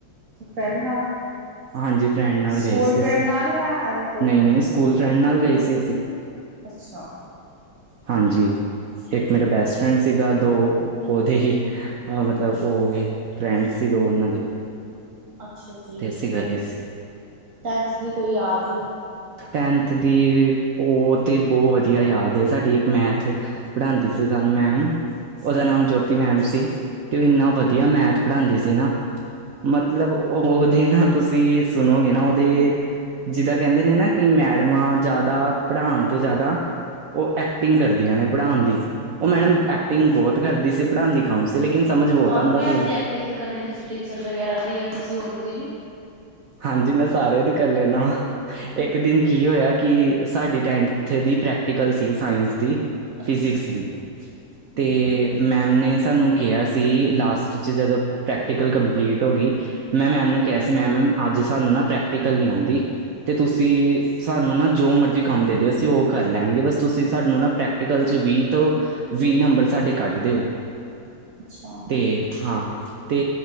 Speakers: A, on the right (about 40°); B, on the right (about 75°).
A: ਫਰੈਂਡ ਨਾਲ
B: ਹਾਂਜੀ ਫਰੈਂਡ ਨਾਲ
A: ਸਕੂਲ
B: ਗਏ ਸੀ
A: ਫਰੈਂਡ
B: ਅਸੀਂ
A: ਨਾਲ ਜਾਂ ਐਵੇਂ ਕੋਈ
B: ਨਹੀਂ-ਨਹੀਂ
A: ਫਰੈਂਡ।
B: ਸਕੂਲ ਫਰੈਂਡ ਨਾਲ ਗਏ ਸੀ ਅਸੀਂ।
A: ਅੱਛਾ।
B: ਹਾਂਜੀ ਇੱਕ ਮੇਰਾ ਬੈਸਟ ਫਰੈਂਡ ਸੀਗਾ। ਦੋ ਉਹਦੇ ਹੀ ਅ ਮਤਲਬ ਉਹ ਵੀ ਫਰੈਂਡ ਸੀ ਦੋ ਉਹਨਾਂ ਦੇ।
A: ਅੱਛਾ ਜੀ
B: ਅਤੇ ਅਸੀਂ ਗਏ ਸੀ
A: ਟੈਂਥ ਦੀ ਕੋਈ ਯਾਦ।
B: ਟੈਨਥ ਦੀ ਉਹ ਤੇ ਬਹੁਤ ਵਧੀਆ ਯਾਦ ਸਾਡੀ ਇੱਕ ਮੈਥ ਪੜ੍ਹਾਉਂਦੀ ਸੀ ਸਾਨੂੰ ਮੈਮ ਉਹਦਾ ਨਾਮ ਜੋਤੀ ਮੈਮ ਸੀ ਤੇ ਉਹ ਇੰਨਾ ਵਧੀਆ ਮੈਥ ਪੜ੍ਹਾਉਂਦੀ ਸੀ ਨਾ। ਮਤਲਬ ਉਹਦੇ ਨਾ, ਤੁਸੀਂ ਸੁਣੋਗੇ ਨਾ, ਉਹਦੇ ਜਿਦੇ ਕਹਿੰਦੇ ਨੇ ਨਾ ਕਿ ਮੈਡਮਾਂ ਜ਼ਿਆਦਾ ਪੜ੍ਹਾਉਣ ਤੋਂ ਜ਼ਿਆਦਾ ਉਹ ਐਕਟਿੰਗ ਕਰਦੀਆਂ ਨੇ ਪੜ੍ਹਾਉਣ ਦੀ ਉਹ ਮੈਡਮ
A: ਹਾਂ
B: ਐਕਟਿੰਗ ਬਹੁਤ ਕਰਦੀ ਸੀ ਪੜ੍ਹਾਉਣ ਦੀ ਕੰਮ ਸੀ ਲੇਕਿਨ ਸਮਝ ਬਹੁਤ
A: ਤੁਹਾਨੂੰ
B: ਆਉਂਦਾ
A: ਵੀ
B: ਸੀ
A: ਆਉਂਦੀ
B: ਉਹਦਾ
A: ਐਕਟਿੰਗ ਕਰਨੀ ਕਿਸੇ ਟੀਚਰ ਵਗੈਰਾ ਦੀ ਜਾਂ ਕਿਸੇ ਹੋਰ ਦੀ ਵੀ।
B: ਹਾਂਜੀ ਮੈਂ ਸਾਰਿਆਂ ਦੀ ਕਰ ਲੈਣ। ਇੱਕ ਦਿਨ ਕੀ ਹੋਇਆ ਕਿ ਸਾਡੀ ਟੈਂਥ ਦੀ ਪ੍ਰੈਕਟੀਕਲ ਸੀ ਸਾਇੰਸ ਦੀ
A: ਅੱਛਾ
B: ਫਿਜਿਕਸ ਦੀ
A: ਹਾਂਜੀ
B: ਤੇ ਮੈਮ ਨੇ ਸਾਨੂੰ ਕਿਹਾ ਸੀ ਲਾਸਟ 'ਚ ਜਦੋਂ ਪ੍ਰੈਕਟੀਕਲ ਕੰਪਲੀਟ ਹੋ ਗਈ। ਮੈਂ ਮੈਮ ਨੂੰ ਕਿਹਾ ਸੀ ਮੈਮ ਅੱਜ ਸਾਨੂੰ ਨਾ ਪ੍ਰੈਕਟੀਕਲ ਨਹੀਂ ਆਉਂਦੀ ਤੇ ਤੁਸੀਂ ਸਾਨੂੰ ਨਾ ਜੋ ਮਰਜ਼ੀ ਕੰਮ ਦੇ ਦਿਓ ਅਸੀਂ ਉਹ ਕਰ ਲੈਣਗੇ ਬਸ ਤੁਸੀਂ ਸਾਨੂੰ ਨਾ ਪ੍ਰੈਕਟੀਕਲ 'ਚ ਵੀਹ ਤੋਂ ਵੀਹ ਨੰਬਰ ਸਾਡੇ ਕੱਢ ਦਿਓ।
A: ਅੱਛਾ।
B: ਤੇ ਹਾਂ ਤੇ